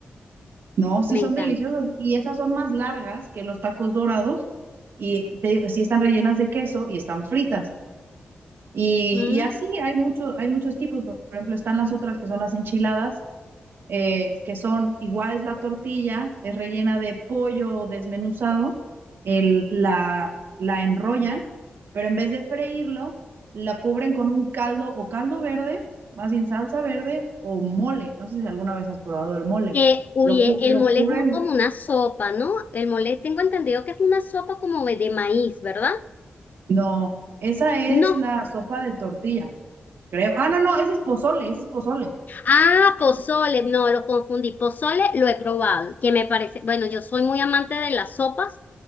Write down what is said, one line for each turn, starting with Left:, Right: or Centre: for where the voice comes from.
Right: No, sí
Left: Me
Right: son
Left: encanta.
Right: deliciosos. Y esas son más largas que los tacos dorados. Y te digo, sí están rellenas de queso y están fritas. Y,
Left: Mm.
Right: y así hay mucho, hay muchos tipos. Por ejemplo, están las otras que son las enchiladas, eh, que son igual es la tortilla, es rellena de pollo desmenuzado, el- la, la enrollan, pero en vez de freírlo, la cubren con un caldo o caldo verde, más bien salsa verde o mole. No sé si alguna vez has probado el mole.
Left: Eh, oye,
Right: Lo, cu-
Left: el
Right: lo
Left: mole
Right: cubren.
Left: es un- como una sopa, ¿no? El mole tengo entendido que es una sopa como de maíz, ¿verdad?
Right: No, esa es
Left: No.
Right: la sopa de tortilla, creo. Ah, no, no, ese es pozole, ese es pozole.
Left: Ah, pozole, no, lo confundí. Pozole lo he probado, que me parece, bueno, yo soy muy amante de las sopas